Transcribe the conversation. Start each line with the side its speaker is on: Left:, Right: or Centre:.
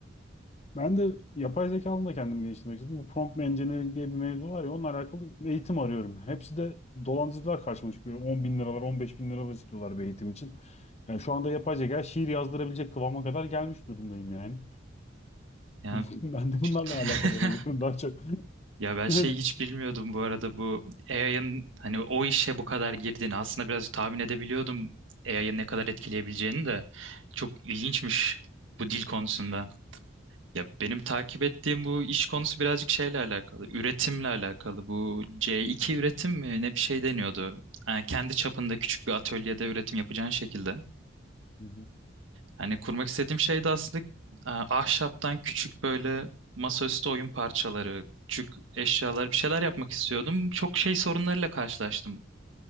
Left: Ben de yapay zeka alanında kendimi geliştirmek istedim. Bu prompt engineering diye bir mevzu var ya onunla alakalı eğitim arıyorum. Hepsi de dolandırıcılar karşıma çıkıyor. 10 bin liralar, 15 bin liralar istiyorlar bir eğitim için. Yani şu anda yapay zeka şiir yazdırabilecek kıvama kadar gelmiş durumdayım yani.
Right: Ya
Left: <laughs> Ben de bunlarla
Right: <laughs>
Left: alakadar oluyorum daha çok. <laughs>
Right: Ya ben şey
Left: Yani.
Right: hiç bilmiyordum bu arada bu AI'ın hani o işe bu kadar girdiğini aslında birazcık tahmin edebiliyordum AI'ın ne kadar etkileyebileceğini de çok ilginçmiş bu dil konusunda. Ya benim takip ettiğim bu iş konusu birazcık şeyle alakalı, üretimle alakalı. Bu C2 üretim mi ne bir şey deniyordu. Yani kendi çapında küçük bir atölyede üretim yapacağın şekilde.
Left: Hı hı.
Right: Hani kurmak istediğim şey de aslında e, ahşaptan küçük böyle masaüstü oyun parçaları, küçük eşyalar bir şeyler yapmak istiyordum. Çok şey sorunlarıyla karşılaştım.